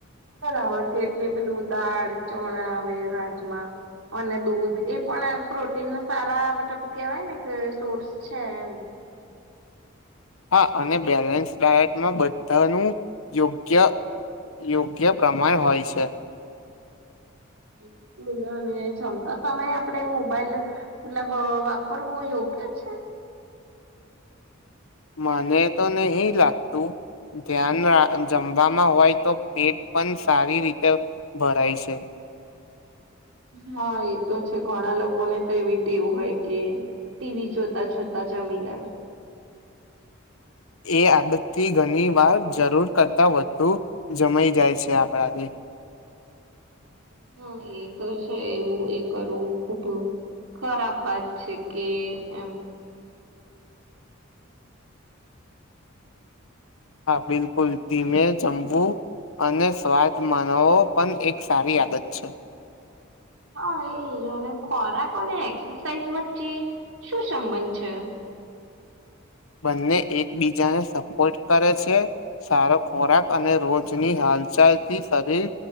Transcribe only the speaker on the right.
બરાબર છે એટલે પેલું દાળ ચણા આવે રાજમા અને દૂધ એ પણ પ્રોટીનના સારા મતલબ કેહેવાય ને કે સોર્સ છે એમ
બિલકુલ અને જમતા તમે આપડે મોબાઈલ મતલબ વાપરવો યોગ્ય ઓકે છે
હા એતો છે ઘણા લોકોને તો એવી ટેવ હોય કે ટીવી જોતા જોતા જમીલે
હા એ તો છે એવું એ કરવું ખુબ ખરાબ વાત છે કે એમ
હા એજને ખોરાક ને એક્સરસાઇઝ વચ્ચે શું સંબંધ છે <inaudible>